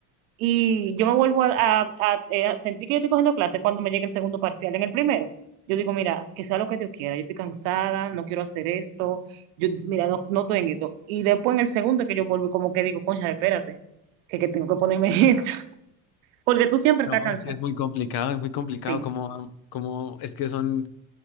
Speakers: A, on the right; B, on the left.
A: Y yo me vuelvo a, a- a- eh, a sentir que yo estoy cogiendo clases cuando me llegue el segundo parcial. En el primero, yo digo, mira, que sea lo que Dios quiera, yo estoy cansada, no quiero hacer esto, yo, mira, no, no estoy en esto. Y después en el segundo que yo vuelvo, como que digo, concha, espérate, que, que tengo que ponerme <laughs> esto, porque tú siempre estás
B: No,
A: cansado.
B: es que es muy complicado, es muy complicado
A: Sí.
B: como, como es que son